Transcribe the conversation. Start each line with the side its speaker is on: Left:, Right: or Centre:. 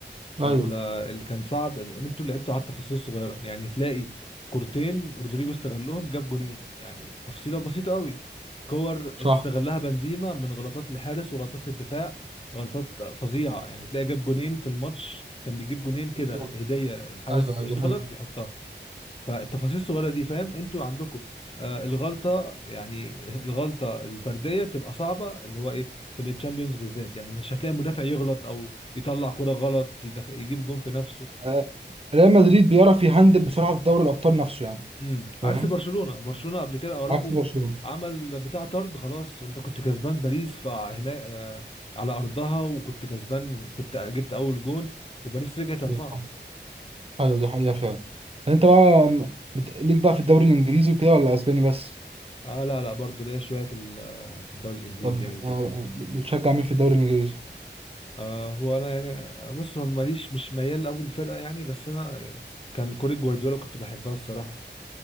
Right: ايوه
Left: ال- اللي كان صعب ان انتوا لعبتوا على التفاصيل الصغيره يعني تلاقي كورتين رودريجو استغلهم جاب جونين يعني تفصيله بسيطه قوي كور استغلها
Right: صح
Left: بنزيما من غلطات الحارس وغلطات الدفاع غلطات فظيعه يعني تلاقي جاب جونين في الماتش كان بيجيب جونين كده
Right: بالظبط.
Left: هديه الحارس
Right: ايوه ايوه
Left: يغلط
Right: دي حقيقة
Left: يحطها فالتفاصيل الصغيره دي فاهم انتوا عندكم آه الغلطه يعني الغلطه الفرديه بتبقى صعبه اللي هو ايه في التشامبيونز بالذات يعني مش هتلاقي مدافع يغلط او يطلع كرة غلط يدخ- يجيب جون في نفسه
Right: آه، ريال مدريد بيعرف يهندل بسرعه في دوري الابطال نفسه يعني
Left: امم
Right: فاهم
Left: عكس برشلونه برشلونه قبل كده اراخو
Right: عكس برشلونة
Left: عمل بتاع طرد خلاص انت كنت كسبان باريس فهنا آه على ارضها وكنت كسبان كنت جبت اول جون وباريس رجعت اربعه
Right: بالظبط ايوه دي حقيقة فعلا انت بقى م- بت... ليك بقى في الدوري الانجليزي وكده ولا اسباني بس
Left: اه لا لا برضه ليا شويه في ال- في الدوري الانجليزي
Right: طب
Left: يعني وكده
Right: آه، بتشجع مين في الدوري الانجليزي
Left: آه هو انا يعني بص هو ماليش مش ميال قوي للفرقه يعني بس انا كان كوره جوارديولا كنت بحبها الصراحه